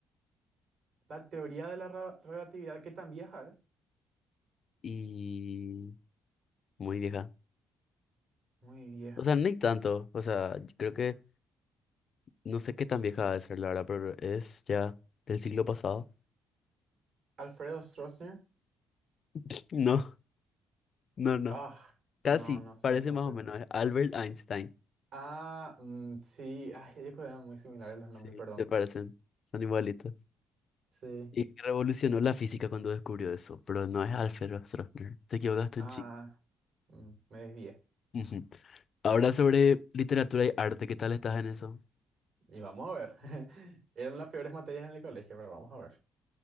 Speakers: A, on the right; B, on the left.
A: la teoría de la re- relatividad, ¿qué tan vieja es?
B: Y muy vieja.
A: Muy vieja.
B: O sea, ni tanto. O sea, yo creo que no sé qué tan vieja va a ser la verdad, pero es ya del siglo pasado.
A: Alfredo Stroessner.
B: <laughs> No, no, no.
A: Ah,
B: Casi,
A: no, no sé
B: parece
A: entonces.
B: más o menos. es Albert Einstein.
A: Ah, mm, sí. Ay, yo creo que eran muy similares los nombres,
B: Sí,
A: perdón.
B: se parecen. Son igualitos.
A: Sí.
B: Y que revolucionó la física cuando descubrió eso, pero no es Alfred Stroessner. Te equivocaste
A: Ah,
B: un chico.
A: mm, me desvié.
B: Ujú. Ahora sobre literatura y arte, ¿qué tal estás en eso?
A: Y vamos a ver. <laughs> Eran las peores materias en el colegio, pero vamos a ver.